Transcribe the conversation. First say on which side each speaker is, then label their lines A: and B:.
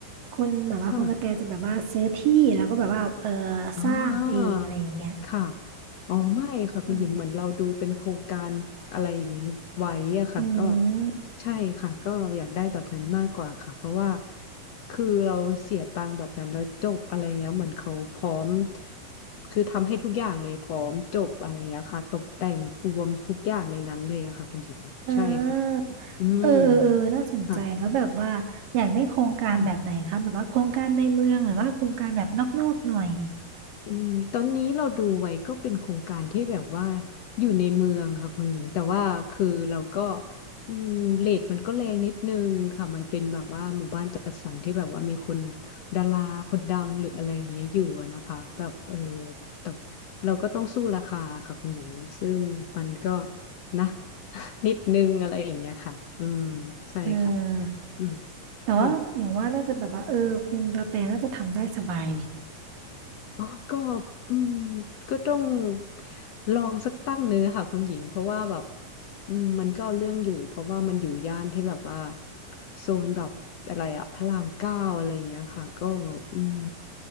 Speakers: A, on the right; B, on the left.
A: คุณแบบว่าคุณกระแตจะแบบว่าซื้อที่แล้วก็แบบว่าเออ
B: ค่ะ อ่า
A: สร้างเองอะไรอย่างเงี้ย
B: ค่ะอ๋อไม่ค่ะคุณหญิงเหมือนเราดูเป็นโครงการอะไรอย่างนี้ไว้อะค่ะก็
A: อืมอืม
B: ใช่ค่ะก็อยากได้แบบนั้นมากกว่าค่ะเพราะว่าคือเราเสียตังค์แบบนั้นแล้วจบอะไรเงี้ยเหมือนเขาพร้อมคือทำให้ทุกอย่างเลยพร้อมจบอะไรเงี้ยค่ะตกแต่งรวมทุกอย่างในนั้นเลยอะค่ะคุณหญิงใช่ค่ะ
A: อ่า
B: อืม
A: เออเออเออน่าสนใจแล้วแบบว่าอยากได้โครงการแบบไหนคะแบบว่าโครงการในเมืองหรือว่าโครงการแบบนอกๆหน่อย
B: ค่ะค่ะ อืมตอนนี้เราดูไว้ก็เป็นโครงการที่แบบว่าอยู่ในเมืองค่ะคุณหญิงแต่ว่าคือเราก็อืมเรทมันก็แรงนิดนึงค่ะมันเป็นแบบว่าหมู่บ้านจัดสรรที่แบบว่ามีคนดาราคนดังหรืออะไรอย่างเงี้ยอยู่อะนะคะแบบเออแต่เราก็ต้องสู้ราคาค่ะคุณหญิงซึ่งมันก็นะ <laughs> นิดนึงอะไรอย่างเงี้ยค่ะอืมใช่ค่ะ
A: เออ
B: อืม
A: แต่ว่าอย่างว่าน่าจะแบบว่าเออคุณกระแตน่าจะทำได้สบายเลย
B: ค่ะ อ๋อก็อืมก็ต้องลองสักตั้งหนึ่งอะค่ะคุณหญิง เพราะว่าแบบอืมมันก็เอาเรื่องอยู่เพราะว่ามันอยู่ย่านที่แบบว่าโซนแบบอะไรอะพระรามเก้าอะไรอย่างเงี้ยค่ะก็อืม